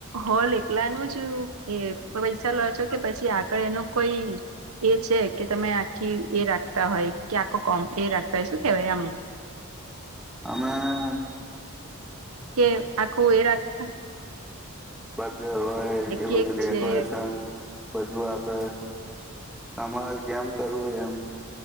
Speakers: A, on the right; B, in the centre.
A: હોલ એતલાનું જ એ પૈસા લો છો કે પછી આગળ એનું કોઈ એ છે કે તમે આખી એ રાખતા હોય કે આખો કોમ એ રાખતા હોય શું કેહેવાય આમ <inaudible>
B: હમણાં,
A: કે આખું એ રાખતા
B: બર્થ ડે હોય કે એ બધું
A: કેક
B: ડેકોરેશન
A: છે
B: બધું આપણે તમારે જેમ કરવું હોય એમ.